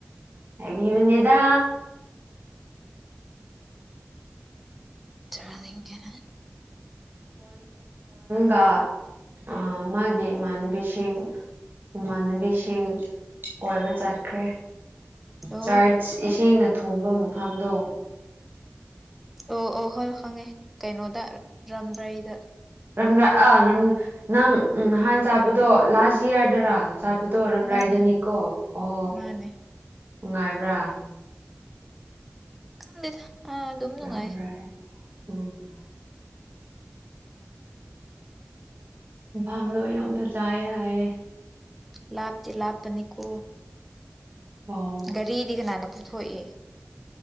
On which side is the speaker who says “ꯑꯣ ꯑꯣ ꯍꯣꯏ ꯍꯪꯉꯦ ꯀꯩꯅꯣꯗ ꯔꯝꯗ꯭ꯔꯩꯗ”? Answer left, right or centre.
Centre